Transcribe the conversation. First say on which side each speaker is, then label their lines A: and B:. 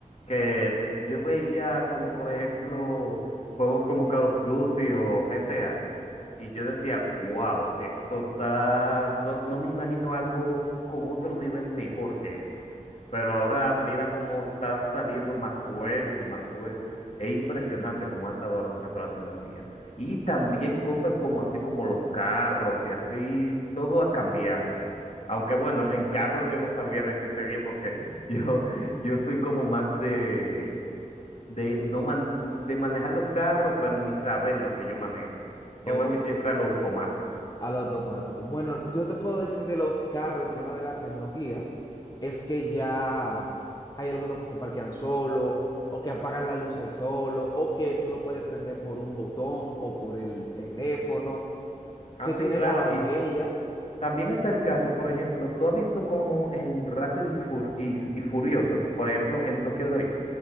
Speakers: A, on the left (about 55°); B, on the left (about 30°).
A: que yo veía como, por ejemplo, juegos como Call of Duty o GTA. Y yo decía, wow, esto está, no, no me imagino algo con otro nivel mejor que eso. Pero ahora mira cómo está saliendo más juegos y más juegos. Es impresionante cómo ha estado avanzando la tecnología. Y también cosas como así como los carros y así, todo ha cambiado. Aunque bueno, en carros yo no sabría decirte bien porque <laughs> yo, yo soy como más de de no man- de manejar los carros, pero ni saber lo que yo manejo. Yo
B: Ok.
A: me voy siempre a lo automático.
B: A lo automático. Bueno, yo te puedo decir de los carros en tema de la tecnología, es que ya hay algunos que se parquean solo, o que apagan las luces solo, o que tú lo puedes prender por un botón o por el teléfono,
A: Ah,
B: que
A: sí,
B: tienen
A: claro.
B: la huella.
A: Y también está el caso, por ejemplo, tú has visto como en Rápidos y, Fur- y- y Furiosos, por ejemplo, en Tokyo Drift,